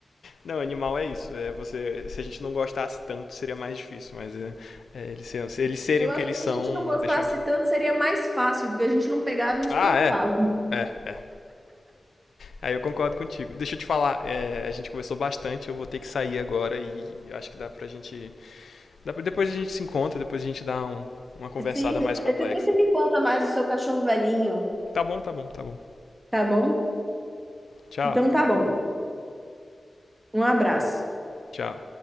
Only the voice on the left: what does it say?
Não, animal é isso. É você, se a gente não gostasse tanto, seria mais difícil, mas é, é, eles, serem, se eles serem
o
que eles
são,
deixa.
Ah,
é. É, é. Aí eu concordo contigo. Deixa eu te falar, é, a gente conversou bastante, eu vou ter que sair agora e acho que dá pra gente Depois a gente se encontra, depois a gente dá um- uma conversada
mais
complexa.
Tá bom, tá bom, tá bom.
Tchau,
tchau.